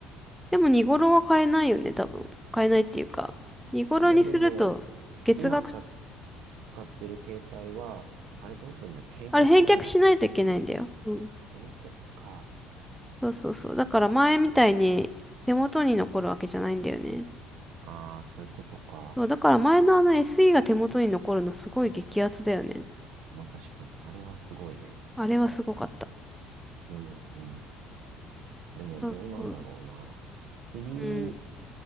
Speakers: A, in the centre; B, on the right (about 65°).
A: でも見頃は買えないよね、多分。買えないっていうか。見頃にすると、
B: まあでも、
A: 月額、
B: 今使っ、使ってる携帯は、あれどうするんだっけ返却するんだっけ
A: あれ返却しないといけないんだよ。うん
B: 返却か。
A: そうそうそう。だから前みたいに手元に残るわけじゃないんだよね。
B: ああ、そういうことか。
A: そう、だから前のあの SE が手元に残るのすごい激アツだよね。
B: まあ確かに。あれはすごいね。
A: あれはすごかった。
B: うん、うん。でもどうなんだろうな。
A: そうそう。
B: 次、
A: うん。